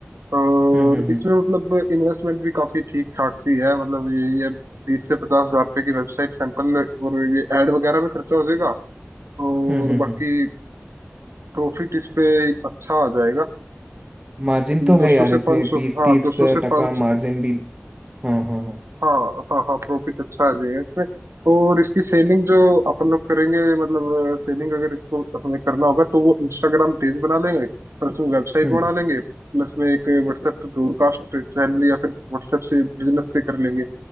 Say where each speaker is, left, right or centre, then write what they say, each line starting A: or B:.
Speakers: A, on the right (about 80°); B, on the right (about 25°).
A: और
B: हम्म हम्म हम्म
A: इसमें मतलब इन्वेस्टमेंट भी काफी ठीक ठाक सी है मतलब ये ये बीस से पचास हजार रुपए की वेबसाइट सैंपल और ये एड वगैरह में खर्चा हो जाएगा और
B: हम्म हम्म
A: बाकी
B: हम्म।
A: प्रॉफिट इस पे अच्छा आ जाएगा
B: मार्जिन तो
A: दो
B: है यार
A: सौ से
B: इसमें
A: पाँच सौ
B: बीस
A: हाँ
B: तीस
A: दो सौ से
B: टका
A: पाँच
B: मार्जिन भी हाँ हाँ हाँ
A: हाँ हाँ हाँ प्रॉफिट अच्छा आ जाएगा इसमें और इसकी सेलिंग जो अपन लोग करेंगे मतलब सेलिंग अगर इसको हमें करना होगा तो वो इंस्टाग्राम पेज बना लेंगे प्लस में वेबसाइट
B: हम्म
A: बना लेंगे प्लस में एक व्हाट्सएप पे ब्रॉडकास्ट चैनल या फिर व्हाट्सएप से बिजनेस से कर लेंगे